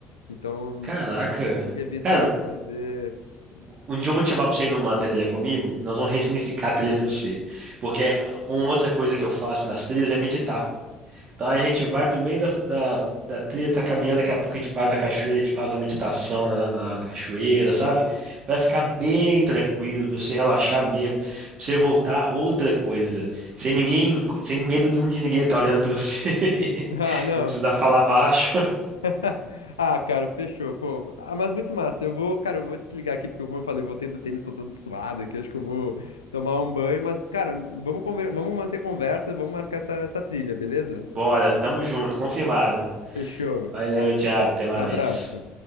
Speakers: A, on the left; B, on the right.
A: Então,
B: caraca.
A: tu tem que evitar
B: Cara,
A: fazer. <laughs>
B: um dia eu vou te chamar pra você ir numa trilha comigo, nós vamos ressignificar a trilha pra você. Porque uma outra coisa que eu faço nas trilhas é meditar. Então a gente vai pro meio da, da, da trilha, tá caminhando, daqui a pouco a gente para na cachoeira, a gente faz uma meditação na, na, na cachoeira, sabe? Vai ficar bem tranquilo, pra você relaxar mesmo, pra você voltar outra coisa. Sem ninguém, sem medo nenhum de ninguém estar olhando pra você. <laughs>
A: Ah, não.
B: Não precisar falar baixo.
A: <laughs> Ah, cara, fechou, pô. Ah, mas muito massa. Eu vou, cara, eu vou desligar aqui, porque como eu falei, eu voltei do tênis, tô todo suado aqui, acho que eu vou tomar um banho, mas, cara, vamos, conver... vamos manter conversa, vamos marcar essa, essa trilha, beleza?
B: Bora, tamo junto, confirmado.
A: Fechou.
B: Valeu,
A: A-
B: Thiago, até mais.
A: abraço.